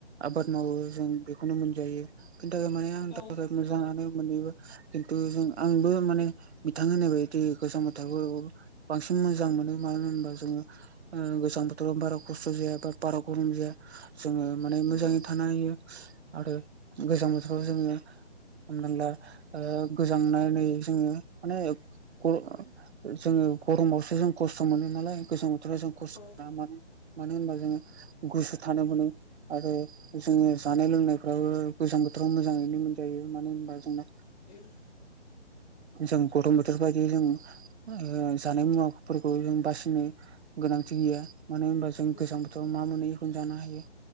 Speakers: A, on the right; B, on the left.
A: आबाद मावो जों बेखौनो मोनजायो बेनि थाखाय माने आंनि
B: औ
A: थाखाय मोजाङानो। मोनैबो खिन्थु जों आंबो माने बिथां होननाय बायदि गोजां बोथोखौ बांसिन मोजां मोनो मानो होनोबा जोङो। ओ गोजां बोथोराव बारा खस्थ' जाया बा बारा गरम जाया जोंङो माने मोजाङै
B: उम
A: थानो हायो। आरो गोजां बोथोराव जोङो। हमनानैला ओ गोजांनानै जोङो माने ग जोङो गरमावसो जों खस्थ' मोनो नालाय गोजां बोथोराव जों खस
B: औ
A: मानो मानो होनबा जोङो गुसु थानो मोनो आरो जोङो जानाय लोंनायफ्राबो गोजां बोथोराव मोजाङैनो मोनजायो मानो होनबा जोंना।
B: <unintelligible>
A: जों गथम बोथोर बायदि जों ओ जानाय मुवाफोरखौ जों बासिनो गोनांथि गैया मानो होनबा जो
B: उम
A: जों गोजां
B: उम
A: बोथोराव मा मोनो इखौनो जानो हायो